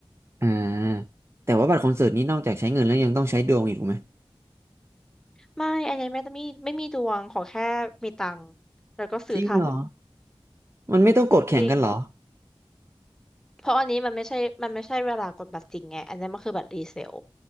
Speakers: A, on the right; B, in the centre.
A: อ่าแต่ว่าบัตรคอนเสิร์ตนี้นอกจากใช้เงินแล้วยังต้องใช้ดวงอีกถูกไหม
B: ไม่อันนี้ไม่ต้อมีไม่มีดวงขอแค่มีตังค์แล้วก็ซื้อทัน
A: จริงเหรอมันไม่ต้องกดแข่งกันเหรอ
B: จริงเพราะอันนี้มันไม่ใช่มันไม่ใช่เวลากดบัตรจริงไงอันนี้มันคือบัตรรีเซล